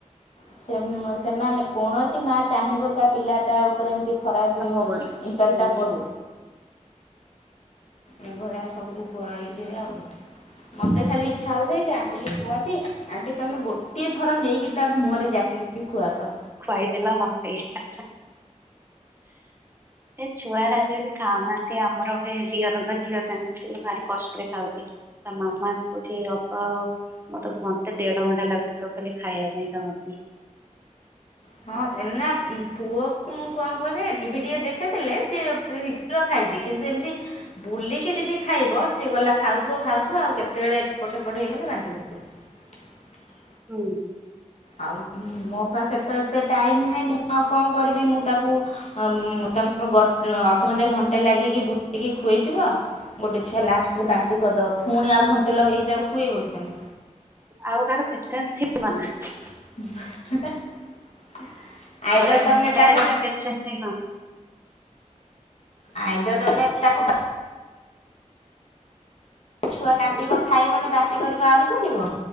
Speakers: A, on the left; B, on the right.
A: ସେ ସେମାନେ କୌଣସି ମା ଚାହିଁବ ତା ପିଲାଟା ଆଉ ଉପରେ ଏମିତି ଖରାପ
B: ହବନି।
A: ଇଫେକ୍ଟ
B: ହୁଁ
A: ଟା ପଡୁ। ଏଭଳିଆ ସବୁକୁ କୁଆଇ ଏଇୟା ଆଉ। ମତେ ଖାଲି ଇଚ୍ଛା ହେଉଥାଏ ସେ ଆ କୁହନ୍ତି ଆଣ୍ଟି ତମେ ଗୋ ଗୋଟିଏ ଥର ନେଇକି ତା ମୁହଁରେ ଖୁଆତ
B: ଖୁଆଇଦେଲା ହଁ ସେଇଆ। ଏ ଛୁଆରା ଆଜି ବେଶି ଖାଉନାଆନ୍ତି ଆମର ଗୋଟେ ଦିଅରଙ୍କ ଝିଅ ସେମତି ଭାରି କଷ୍ଟରେ ଖାଉଚି ତା ମାମା ତ କହୁଚି ଅପା ଆଉ ମତେ ଘଣ୍ଟେ ଦେଢ ଘଣ୍ଟା ଲାଗୁଚି ତାକୁ ଖାଲି ଖାଇଆ ପାଇଁ ଦବା ପାଇଁ।
A: ହଁ ସେମ୍ ନା ପୁଅକୁ ମୁଁ କଅଁ କରେ ଟି ଭି ଟିକେ ଦେଖିେଇ ଦେଲେ ସିଏ ଶୀଘ୍ର ଖାଇଦିଏ। କିନ୍ତୁ ଏମିତି ବୁଲିକି ଯଦି ଖାଇବ ସିଏ ଗଲା ଖାଉଥିବ ଖାଉଥିବ ଆଉ କେତେବେଳେ ଏପଟ ସେପଟ ହେଇଗଲେ ବାନ୍ତି କରି ପକେଇବ
B: ହୁଁ।
A: ଆଉ ଉଁ ମୋ ପାଖରେ ତ ଏତେ ଟାଇମ୍ ନାହିଁ ମୁଁ ଆଉ କଅଁ କରିବି ମୁଁ ତାକୁ ଅମ୍-ତମେ ଘ-ଅଧଘଣ୍ଟେ ଘଣ୍ଟେ ଲାଗିକି ବୁଲେଇକି ଖୁଆଇଥିବ ଗୋଟେ ଛୁଆ ଲାଷ୍ଟରେ ବାନ୍ତି କରିଦବ ଫୁଣି ଆଉ ଘଣ୍ଟେ ଲଗେଇକି ତାକୁ ଖୁଏଇବ କି ତୁମେ?
B: ଆଉ କାହାର ପେସେନ୍ସ ଥିବ ନା।
A: <unintelligible> ଆଇଦର
B: ଥରେ ଘଣ୍ଟାଏ
A: ତମେ ତାକୁ
B: ଜଣେ ପସେନ୍ସ ସେ ହଁ।
A: ଆଇଦର୍ ତମେ ତାକୁ ଛୁଆ କାନ୍ଦିବ ଖାଇବନି ବାନ୍ତି କରିବ ଆଉରି କରିବ?